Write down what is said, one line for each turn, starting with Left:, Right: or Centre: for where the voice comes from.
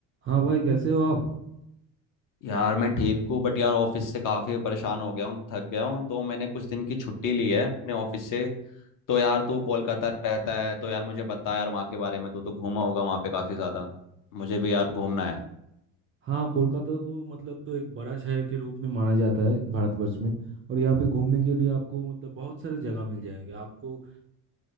Right: हाँ भाई कैसे हो आप
Left: यार मैं ठीक हूँ बट यार ऑफिस से काफी परेशान हो गया हूँ थक गया हूँ तो मैंने कुछ दिन की छुट्टी ली है अपने ऑफिस से तो यार तू कोलकाता रहता है तो यार मुझे बता यार वहाँ के बारे में तू तो घूमा होगा वहाँ पे काफी ज्यादा मुझे भी यार घूमना है
Right: हाँ कोलकाता को मतलब तो एक बड़ा शहर के रूप में माना जाता है भारतवर्ष में और यहाँ पे घूमने के लिए आपको मतलब बहुत सारे जगह मिल जाएंगे आपको